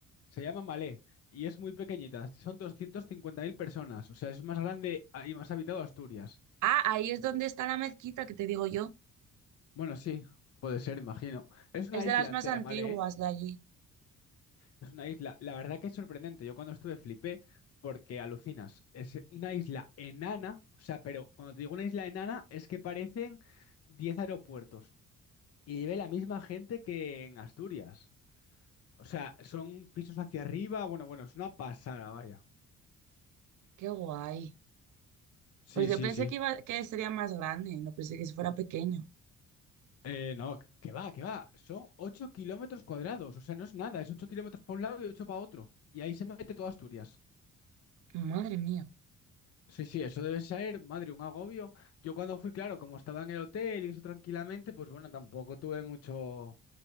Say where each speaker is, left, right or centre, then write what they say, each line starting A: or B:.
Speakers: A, on the left (about 55°); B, on the right (about 75°).
A: se llama Malé y es muy pequeñita, son 250.000 personas, o sea, es más grande ah, y más habitado Asturias.
B: Ah, ahí es donde está la mezquita que te digo yo.
A: Bueno, sí, puede ser, imagino. Es una
B: Es de
A: isla
B: las más
A: entera,
B: antiguas
A: Malé, ¿eh?
B: de allí.
A: Es una isla, la verdad que es sorprendente, yo cuando estuve flipé porque alucinas, es una isla enana, o sea, pero cuando te digo una isla enana es que parecen 10 aeropuertos. Y vive la misma gente que en Asturias. O sea, son pisos hacia arriba. Bueno, bueno, es una pasada, vaya.
B: Qué guay.
A: Sí,
B: Pues yo
A: sí,
B: pensé
A: sí.
B: que iba, que sería más grande, no pensé que fuera pequeño.
A: Eh, no, que va, que va. Son 8 kilómetros cuadrados. O sea, no es nada. Es 8 kilómetros para un lado y 8 para otro. Y ahí se mete toda Asturias.
B: Madre mía.
A: Sí, sí, eso debe ser, madre, un agobio. Yo cuando fui, claro, como estaba en el hotel y eso tranquilamente, pues bueno, tampoco tuve mucho. O